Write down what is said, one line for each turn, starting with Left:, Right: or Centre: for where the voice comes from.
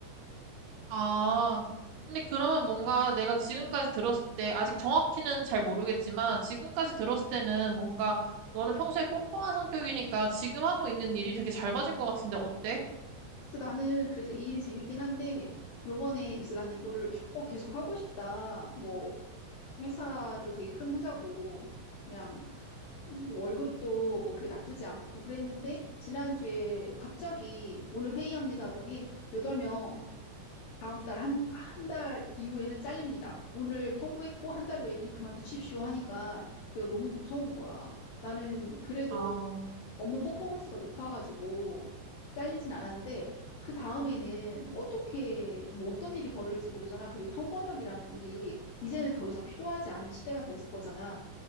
Right: 아, 근데 그러면 뭔가 내가 지금까지 들었을 때, 아직 정확히는 잘 모르겠지만, 지금까지 들었을 때는 뭔가 너는 평소에 꼼꼼한 성격이니까 지금 하고 있는 일이 되게 잘 맞을 것 같은데 어때?
Left: 그래서 나는 그래서 이 일이 재밌긴 한데 요번에 그래서 나는 이거를 어, 계속 하고 싶다. 뭐 회사도 되게 큰 회사고 그냥 뭐 월급도 뭐 그렇게 나쁘지 않고 그랬는데 지난주에 갑자기 오늘 회의합니다 하더니 여덟 명 다음 달 한, 한 달 이후에는 잘립니다. 오늘 통보했고 한 달 후엔 일 그만두십시오 하니까 내가 너무 무서운 거야. 나는 그래도
Right: 아,
Left: 업무 퍼포먼스가 높아가지고 잘리진 않았는데 그 다음에는 어떻게 뭐 어떤 일이 벌어질지 모르잖아. 그리고 통번역이라는 일이 이제는 더 이상 필요하지 않은 시대가 될 거잖아.